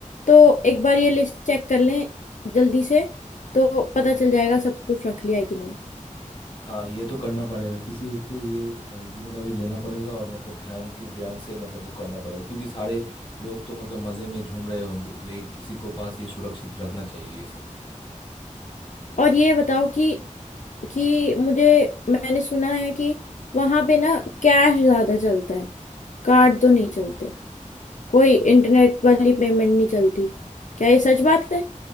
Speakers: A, on the left; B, on the left.
A: तो एक बार ये लिस्ट चेक कर लें जल्दी से तो पता चल जाएगा सब कुछ रख लिया है कि नहीं
B: हाँ ये तो करना पड़ेगा किसी एक को ये अ, जिम्मेदारी लेना पड़ेगा और मतलब ध्यान के ध्यान से मतलब वो करना पड़ेगा क्योंकि सारे लोग तो मतलब मजे में झूम रहे होंगे तो एक किसी को पास ये सुरक्षित रखना चाहिए ये सब
A: और ये बताओ कि कि मुझे मैंने सुना है कि वहां पे ना कैश ज्यादा चलता है कार्ड तो नहीं चलते कोई इंटरनेट वाली पेमेंट नहीं चलती क्या ये सच बात है